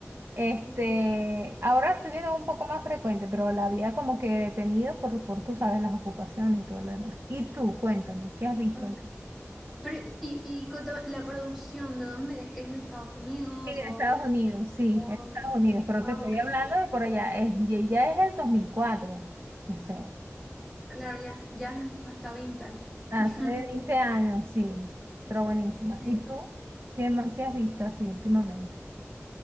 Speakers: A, on the right; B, in the centre.
A: este,
B: Mm,
A: ahora la estoy viendo un poco más frecuente, pero la había como que detenido por, por, tú sabes, las ocupaciones y todo lo demás. Y tú, cuéntame, ¿qué has visto?
B: ok. Pero, y, y contame, la producción, ¿de dónde es? ¿Es de Estados Unidos
A: Sí, de
B: o...?
A: Estados Unidos, sí,
B: o
A: es de
B: dónde?
A: Estados Unidos, pero
B: Ah,
A: te estoy
B: ok.
A: hablando de por allá, es, y ella es del 2004, o sea.
B: Claro, ya, ya hasta vintage.
A: Hace
B: <laughs>
A: de 20 años, sí, pero buenísima.
B: Sí.
A: ¿Y tú? ¿Qué, ma- qué has visto así últimamente?